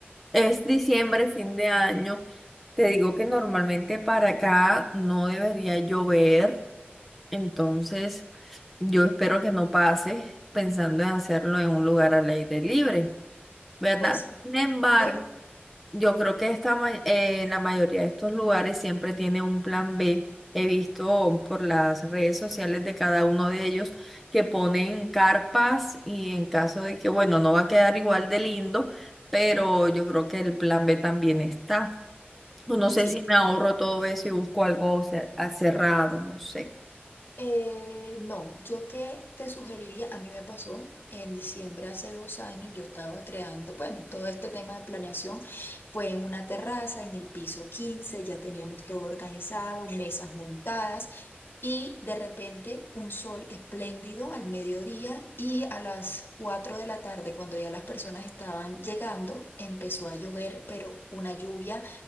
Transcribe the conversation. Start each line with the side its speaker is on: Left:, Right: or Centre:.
Centre: es diciembre, fin de año. Te digo que normalmente para acá no debería llover, entonces yo espero que no pase pensando en hacerlo en un lugar al aire libre, ¿verdad?
Left: Pues
Centre: Sin embargo,
Left: yo...
Centre: Yo creo que esta, ma- eh, la mayoría de estos lugares siempre tiene un plan B. He visto por las redes sociales de cada uno de ellos que ponen carpas y en caso de que, bueno, no va a quedar igual de lindo, pero yo creo que el plan B también está. O No sé
Left: Sí.
Centre: si me ahorro todo eso y busco algo cer- a- cerrado, no sé.
Left: Eh, no, yo qué te sugeriría, a mí me pasó en diciembre hace dos años, yo estaba creando, bueno, todo este tema de planeación fue en una terraza, en el piso 15. ya teníamos todo organizado, mesas montadas. Y de repente un sol espléndido al mediodía y a las 4 de la tarde, cuando ya las personas estaban llegando, empezó a llover, pero una lluvia